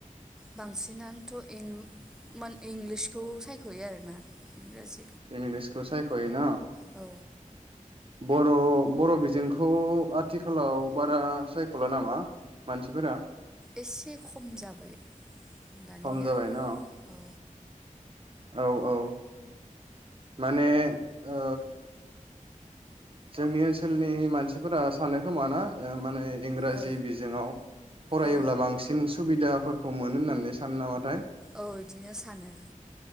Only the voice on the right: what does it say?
इंलिसखौ <unintelligible>
बर' बर' बिजोंखौ आथिखालाव बारा सायख'ला नामा मानसिफोरा?
खम जाबाय न
औ औ माने ओ जोंनि ओनसोलनि मानसिफोरा सानो खोमा ना माने? इंराजि
बिजोङाव फरायोब्ला
बांसिन सुबिदाफोरखौ मोनो होननानै सान नाबाथाय?